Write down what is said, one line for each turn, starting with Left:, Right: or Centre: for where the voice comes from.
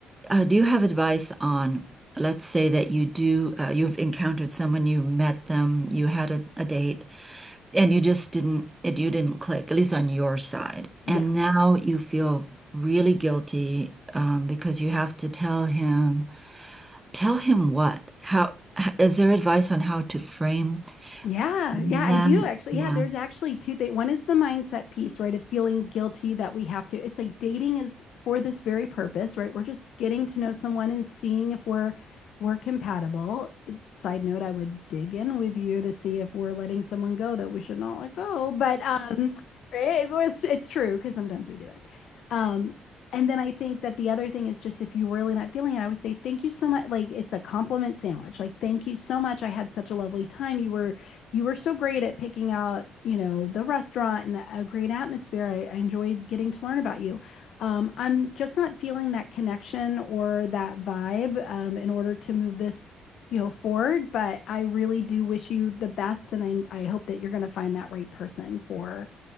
Right: Uh, do you have advice on, let's say that you do, uh, you've encountered someone, you met them, you had a, a date, and you just didn't, it, you didn't click, at least on your side.
Left: Yeah.
Right: And now you feel really guilty um, because you have to tell him, tell him what? How, h- is there advice on how to frame
Left: Yeah,
Right: that?
Left: yeah, I do actually.
Right: Yeah.
Left: Yeah, there's actually two things. One is the mindset piece, right? Of feeling guilty that we have to. It's like dating is for this very purpose, right? We're just getting to know someone and seeing if we're we're compatible. It- Side note, I would dig in with you to see if we're letting someone go that we should not let go. But um, it was it's true because sometimes we do that. Um, and then I think that the other thing is just if you're really not feeling it, I would say thank you so much. Like it's a compliment sandwich. Like thank you so much. I had such a lovely time. You were you were so great at picking out, you know, the restaurant and a great atmosphere. I, I enjoyed getting to learn about you. Um, I'm just not feeling that connection or that vibe um, in order to move this, you know, forward. But I really do wish you the best, and I I hope that you're going to find that right person for